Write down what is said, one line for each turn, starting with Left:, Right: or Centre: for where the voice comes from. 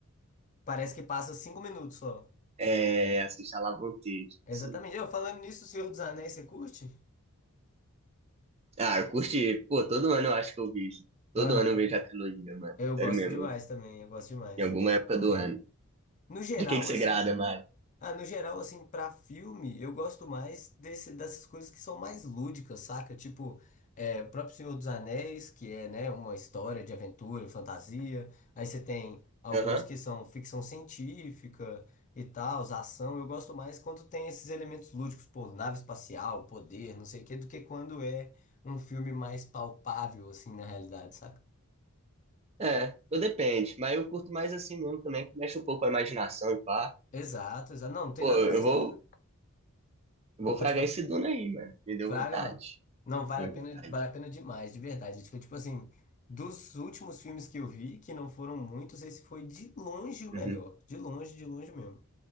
Left: Parece que passa cinco minutos só.
Right: É, assiste a Lavanteiro,
Left: Exatamente.
Right: assim.
Left: Eu, falando nisso, O Senhor dos Anéis, você curte?
Right: Ah, eu curti. Pô, todo ano eu acho que eu vejo. Todo
Left: Aham.
Right: ano eu vejo a trilogia, mano.
Left: Eu
Right: Sério
Left: gosto
Right: mesmo.
Left: demais também, eu gosto demais.
Right: Em alguma época do ano.
Left: No geral,
Right: De que que você
Left: assim.
Right: grada, Mário?
Left: Ah, no geral, assim, pra filme, eu gosto mais desse, dessas coisas que são mais lúdicas, saca? Tipo, é, o próprio Senhor dos Anéis, que é, né, uma história de aventura e fantasia. Aí você tem alguns
Right: Aham.
Left: que são ficção científica e tal, ação. Eu gosto mais quando tem esses elementos lúdicos, pô, nave espacial, poder, não sei o quê, do que quando é um filme mais palpável, assim, na realidade, saca?
Right: É, tudo depende. Mas eu curto mais assim mesmo também, que mexe um pouco com a imaginação e pá.
Left: Exato, exato. Não, não tem
Right: Pô,
Left: nada mais
Right: eu vou,
Left: doido.
Right: eu vou
Left: Pode
Right: fragar
Left: falar.
Right: esse Duna aí, mano. Me deu
Left: Fraga,
Right: vontade.
Left: mano. Não, vale
Right: Deu
Left: a pena,
Right: vontade.
Left: vale a pena demais, de verdade. Acho que, tipo assim, dos últimos filmes que eu vi, que não foram muitos, esse foi de longe o melhor.
Right: Uhum.
Left: De longe, de longe mesmo.